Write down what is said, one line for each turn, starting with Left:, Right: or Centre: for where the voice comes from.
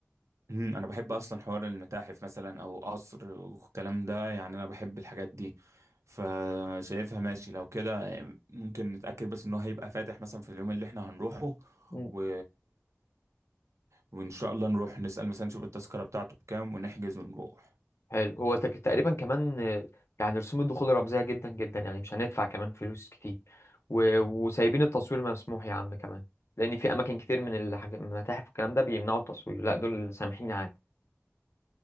Right: مم. انا بحب اصلا حوار المتاحف مثلا او قصر والكلام ده يعني انا بحب الحاجات دي فشايفها ماشي لو كده ممكن نتأكد بس ان هو هيبقى فاتح مثلا في اليوم اللي احنا هنروحه
Left: دي
Right: و... وان شاء الله نروح نسأل مثلا نشوف التذكرة بتاعته بكام ونحجز ونروح
Left: حلو هو تك- تقريبا كمان آه، يعني رسوم الدخول رمزية جدا جدا يعني مش هندفع كمان فلوس كتير و... وسايبين التصوير مسموح يا عم كمان لأن في أماكن كتير من الحاج... من المتاحف والكلام ده بيمنعوا التصوير لا دول سامحين عادي